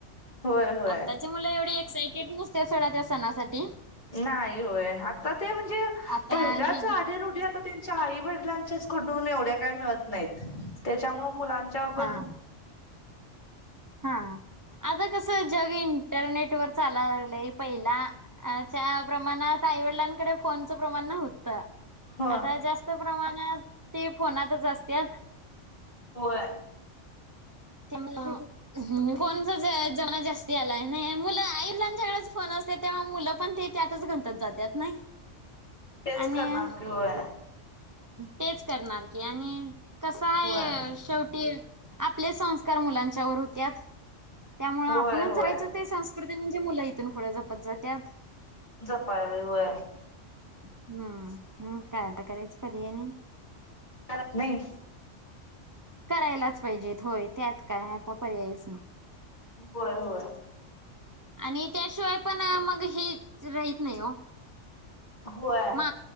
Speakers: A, on the left; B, on the right.
A: होय होय
B: आत्ताची मुलं एवढी एक्सायटेड नसते त्या सणासाठी.
A: नाही होय आता ते म्हणजे
B: आता
A: पहिल्याच
B: जे
A: आधी रुढी आता. त्यांच्या आई वडिलांच्याच कडून एवढ्या काही मिळत नाहीत त्याच्या मुळे मुलांच्या पण.
B: हा हा आता कसं जग इंटरनेट वर चालायला लागलंय पहिला. आ च्या प्रमाणात आईवडिलांकडे फोनचं प्रमाण नव्हतं.
A: ह
B: आता जास्त प्रमाणात ते फोनातच असत्यात.
A: होय.
B: <unintelligible> फोन चा जमाना जास्त आलाय नाही मुलं आईलांच्याकडेच फोन असते तेव्हा मुलं पण ते. त्यातच घंटात जात्यात नाही.
A: तेच
B: आणि्
A: करणार की होय
B: तेच करणार की आणि कसा.
A: होय.
B: शेवटी. आपले संस्कार मुलांच्यावर होत्यात त्यामुळे
A: होय
B: आपणच
A: होय
B: जयच ते संस्कार. कृती म्हणजे मुलं इथूनं जपत जातात.
A: जपाय व.
B: हम्म. हम् काय आता करायच पर्याय नाही.
A: भरत नाही.
B: करायलाच पाहिजेत होय त्यात काय आता पर्यायच नाही.
A: बर होय.
B: आणि त्याशिवाय पण मग हे राहत नाही हो.
A: होय
B: मा